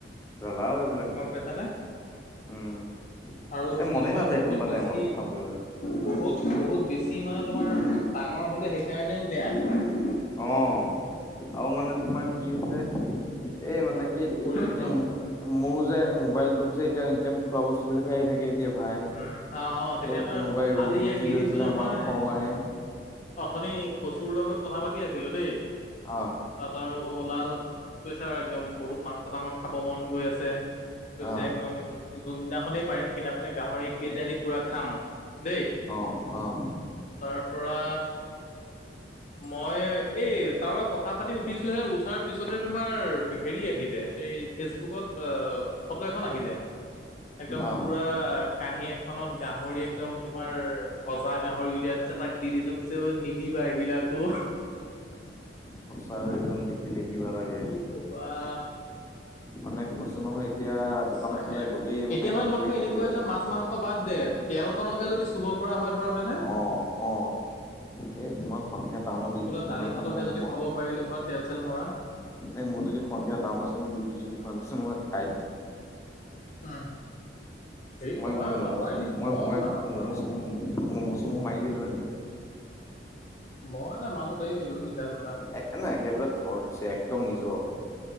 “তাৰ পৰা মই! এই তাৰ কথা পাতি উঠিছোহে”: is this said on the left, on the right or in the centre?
Left